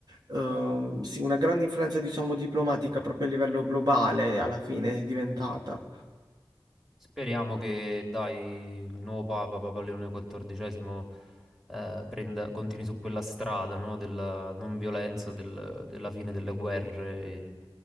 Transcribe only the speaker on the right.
Ehm, sì, una grande influenza, diciamo, diplomatica proprio a livello globale alla fine è diventata.